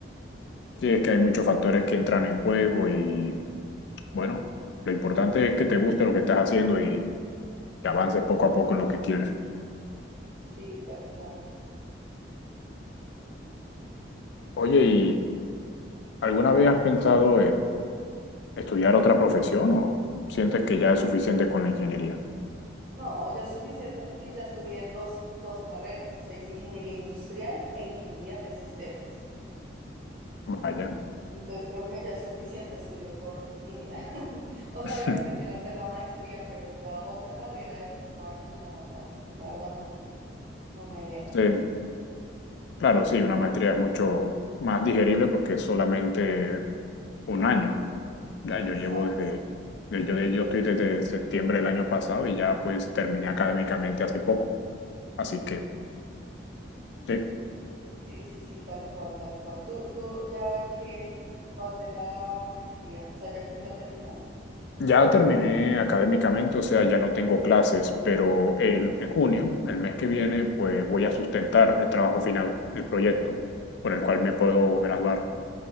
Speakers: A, on the left; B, on the right.
A: Sí, es que
B: Sí.
A: hay muchos factores que entran en juego y bueno, lo importante es que te guste lo que estás haciendo y que avances poco a poco en lo que quieres.
B: Sí, tal cual.
A: Oye, ¿y alguna vez has pensado en estudiar otra profesión o sientes que ya es suficiente con la ingeniería?
B: No, ya es suficiente porque ya estudié dos, dos carreras, o sea, hice ingeniería industrial e ingeniería de sistemas.
A: Vaya.
B: Entonces creo que ya es suficiente estudio por mi vida. <laughs> O sea,
A: <laughs>
B: obviamente quiero hacer la maestría, pero ya otra carrera de cinco años, no, no, la verdad no, no me veo.
A: Eh, claro, sí, una maestría es mucho más digerible porque es solamente un año. Ya
B: Exacto.
A: yo llevo desde, de- yo, yo estoy desde septiembre del año pasado y ya pues terminé académicamente hace poco. Así que sí,
B: Sí, sí, sí, tal cual, tal cual. ¿Tú, tú ya en qué vas de la maestría? O sea, ¿ya casi la terminas?
A: Ya terminé académicamente, o sea, ya no tengo clases, pero el, en junio, el mes que viene, pues voy a sustentar el trabajo final, el proyecto por el cual me puedo graduar.